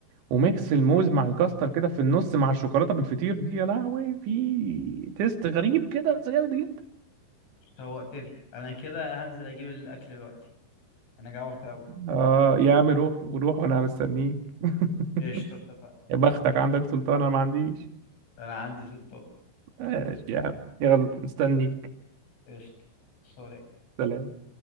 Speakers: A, on the right; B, on the left.
A: وميكس الموز مع الكاستر كده في النص مع الشوكولاته بالفطير دي يا لهوي في تيست غريب كده بس جامد جدا
B: شوقتني انا كده هنزل اجيب الاكل دلوقتي انا جوعت قوي
A: اه يا عم روح وروح وانا مستنيك <laughs>
B: قشطة اتفقنا
A: يا بختك عندك سلطان انا ما عنديش
B: انا عندي سلطان
A: ماشي يا عم يلا مستنيك
B: قشطة سلام
A: سلام